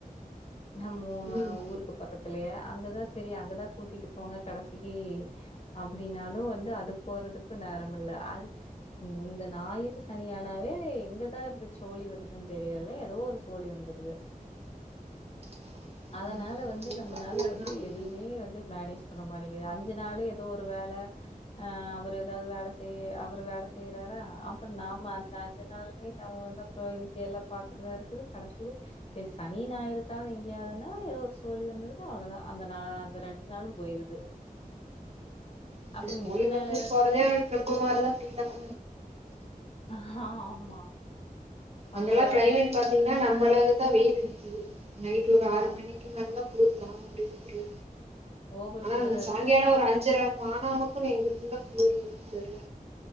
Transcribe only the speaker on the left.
நம்மோ
ஊருக்கு பக்கத் த்துலயே அங்கதா செரி அங்கதா கூட்டிட்டு போங்க கடசிக்கி அப்படின்னாலூ வந்து அது போறதுக்கூ நேரம் இல்ல அந் இந்த ஞாயிறு சனியானாவே எங்கதா இருந்த சோழி வருதுன் தெரியல எதோ ஒருச் சோழி வந்துருது
அதனால
வந்து
நம்மனால
வந்து
எதையுமே வந்து மேனேஜ் பண்ண மாட்டேங்கிது அஞ்சு நாளே து ஒரு வேல அ அவரு எதாவ்து வேல செய்ய அவரு வேல செய்யறாரா அப்பறோ நாம அந்த அஞ்சு நாளுமே நம்ம வந்தப் அப்புறம் இங்க எல்லா பாக்கிறதா இருக்குது கடசியில செரி சனி ஞாயிருக்காவது எங்கியாவுதுனா எதோ ஒரு சோழி வந்துருது அவ்ளதா அந்த நா அந்த ரெண்டு நாளும் போயிருது
அப்புறம்
மித்த
நேர
ஆமா
அங்க போறது
ஆ
ஓவர்
குளிரா இருக்கும்.